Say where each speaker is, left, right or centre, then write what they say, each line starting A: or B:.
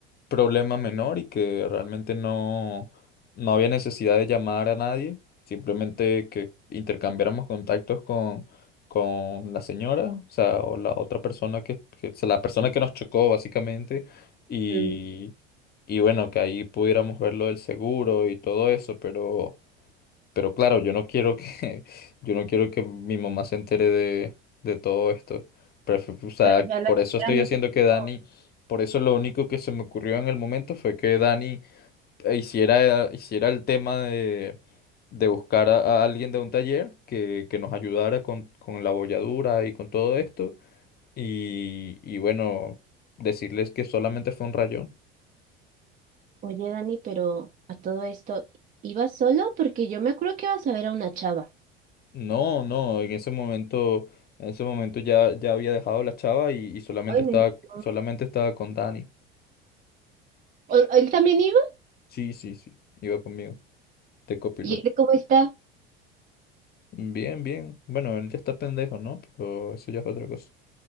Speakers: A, on the left (about 30°); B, on the right (about 25°).
A: problema menor y que realmente no, no había necesidad de llamar a nadie, simplemente que intercambiáramos contactos con, con la señora, o sea, o la otra persona que, que- o sea, la persona que nos chocó básicamente, y,
B: Mm.
A: y bueno, que ahí pudiéramos ver lo del seguro y todo eso, pero... Pero claro, yo no quiero que, <laughs> yo no quiero que mi mamá se entere de, de todo esto. Pref- o sea,
B: Pero ya la
A: por
B: señora
A: eso estoy
B: no
A: haciendo
B: se pudo.
A: que Dani, por eso lo único que se me ocurrió en el momento fue que Dani eh, hiciera, hiciera el tema de, de buscar a, a alguien de un taller que, que nos ayudara con, con la bolladura y con todo esto. Y, y bueno, decirles que solamente fue un rayón.
B: Oye, Dani, pero a todo esto, ¿ibas solo? Porque yo me acuerdo que ibas a ver a una chava.
A: No, no, en ese momento, en ese momento ya, ya había dejado la chava y, y solamente
B: Ay,
A: estaba,
B: menos mal.
A: solamente estaba con Dani.
B: ¿O- ¿Él también iba?
A: Sí, sí, sí, iba conmigo, de copiloto.
B: ¿Y él cómo está?
A: Bien, bien. Bueno, él ya está pendejo, ¿no? Pero eso ya es otra cosa.